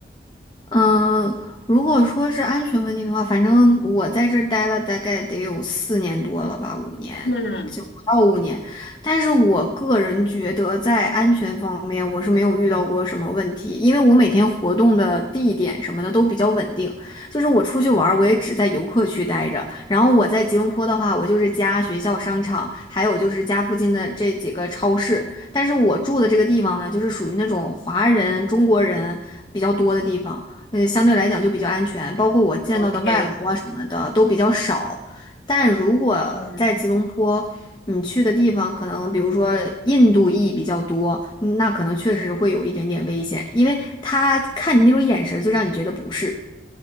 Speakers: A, on the left; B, on the left.
A: 嗯，呃如果说是安全问题的话，反正我在这儿待了大概得有四年多了吧，五年，
B: 嗯
A: 就不到五年。但是我个人觉得，在安全方面，我是没有遇到过什么问题，因为我每天活动的地点什么的都比较稳定。就是我出去玩儿，我也只在游客区待着。然后我在吉隆坡的话，我就是家、学校、商场，还有就是家附近的这几个超市。但是我住的这个地方呢，就是属于那种华人、中国人比较多的地方。呃，相对来讲就比较安全，包括我见到的外劳啊什么的都比较少。
B: ，OK，
A: 但如果在吉隆坡，
B: 嗯，
A: 你去的地方可能比如说印度裔比较多，嗯那可能确实会有一点点危险，因为他看你那种眼神儿就让你觉得不是。